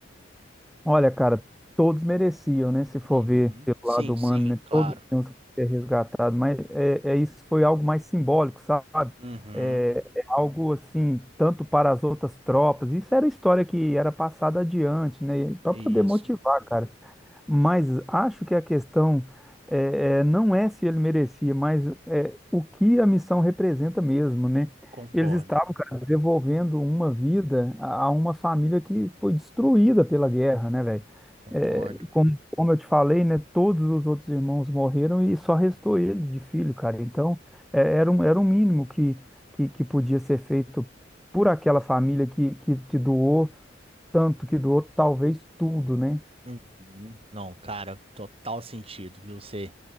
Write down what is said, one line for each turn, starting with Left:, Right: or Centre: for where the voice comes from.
Centre: Olha, cara, todos mereciam, né? Se for
Right: Uhum.
Centre: ver pelo
Right: Sim,
Centre: lado humano,
Right: sim,
Centre: né?
Right: claro.
Centre: Todos tinham que ser resgatados, mas é, é isso foi algo mais simbólico, sabe?
Right: Uhum.
Centre: É, é algo assim, tanto para as outras tropas. Isso era história que era passada adiante, né? Para
Right: Isso,
Centre: poder motivar, cara. Mas acho que a questão é, é, não é se ele merecia, mas é, o que a missão representa mesmo, né?
Right: concordo,
Centre: Eles estavam, cara, devolvendo uma vida a a uma família que foi destruída pela guerra, né, velho?
Right: concordo.
Centre: É, como, como eu te falei, né, todos os outros irmãos morreram e só restou ele de filho, cara. Então, é, era um, era um mínimo que, que, que podia ser feito por aquela família que, que, que doou tanto, que doou talvez tudo, né?
Right: Uhum. Não, cara, total sentido, viu? Você,